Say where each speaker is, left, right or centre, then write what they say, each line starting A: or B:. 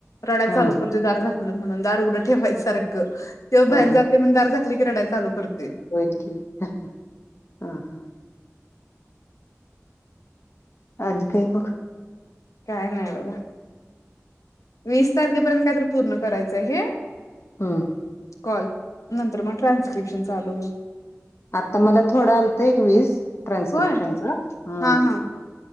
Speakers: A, on the left; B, on the left.
A: रडाय
B: हा
A: चालू करतोय दार झाकलं म्हणून दार उघडं ठेवायचंसारखं त्यो बाहेर
B: हा
A: जातोय म्हणून दार झाकल रडायला चालू करतय.
B: होय की हा हा आणि काय मग
A: काय नाही बघा वीस तीस तारखेर्यंत काय तर पूर्ण करायचय हे
B: हम
A: कॉल नंतर मग ट्रान्स्क्रिप्शन चालू होईल.
B: आता मला थोडं आलतं एक वीस ट्रान्स्क्रिप्शनचं
A: होय
B: हं
A: हा हा